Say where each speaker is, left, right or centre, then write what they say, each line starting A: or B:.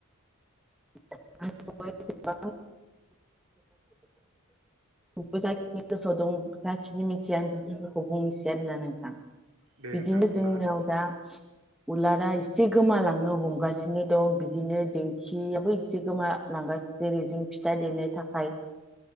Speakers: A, in the centre; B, on the right.
A: <unintelligible> औबो जाखिनी गोसोआव दं। जाखिनि मिथिया आं बेखिनिखौ बुंनोसै आरोना नोंथां।
B: दे
A: बिदिनो
B: नोंथां बुंना
A: जोंनियाव
B: होदो
A: दा उलारा एसे गोमालांनो हमगासिनो दं बिदिनो दिंखियाबो एसे लांगासिनो रिजिं फिथा देनो थाखाय।